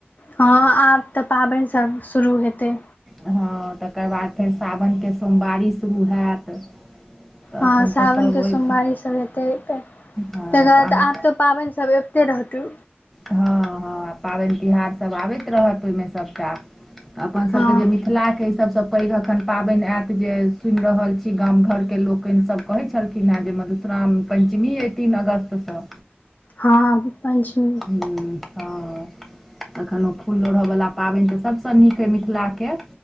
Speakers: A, on the left; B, in the centre.
A: हँ आब तऽ पाबैन सब शुरू हेतै।
B: हँ, तकर बाद फेर सावनके सोमवारी शुरू हैत। तऽ
A: हँ
B: एखन
A: सावन
B: तऽ सभ
A: के
B: ओहि
A: सोमवारी सब हेतै तऽ
B: हँ
A: तकर बाद
B: अहाँ
A: आब तऽ पाबैन सभ अबिते रहत रो
B: हँ-हँ, पाबैन तिहार सब आबैत रहत ओइ मे सबटा अपन सब
A: हँ
B: के जे मिथ् लाके आई सब सँ पैघ अखन पाबैन ऐत, जे सुनि रहल छी गाम घरके लोक लोकैन सब कहै छलखिन हेँ जे मधुश्राम्-पञ्चमी अइ तीन अगस्त सँ।
A: हँऽ, पैञ्चमी।
B: हुम्म। हँ, अखन ओ फूल लोढ़यवला पाबनि तऽ सभसँ निक अइ मिथिलाके।